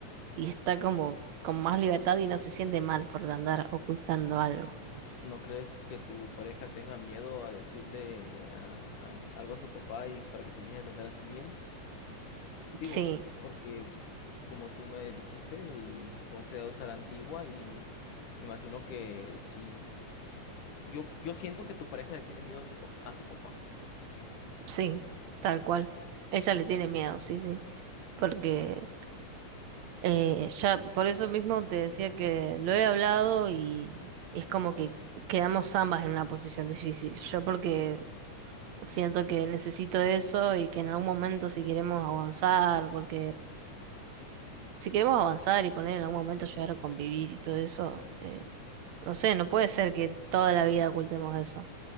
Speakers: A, on the right (about 65°); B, on the left (about 75°).
A: y está como con más libertad y no se siente mal por andar ocultando algo.
B: ¿No crees que tu pareja tenga miedo a decirle a- a- algo a su papá y para que te empiece a tratar así bien? Digo,
A: Sí.
B: porque como tú me dijiste, el- son creados a la antigua y me imagino que si yo, yo siento que tu pareja le tiene miedo a, tu, pap- a su papá.
A: Sí, tal cual. Ella le tiene miedo, sí, sí. Porque eh, ya por eso mismo te decía que lo he hablado y, y es como que quedamos ambas en una posición difícil. Yo porque siento que necesito eso y que en algún momento si queremos avanzar, porque si queremos avanzar y poner en algún momento llegar a convivir y todo eso, eh, no sé, no puede ser que toda la vida ocultemos eso.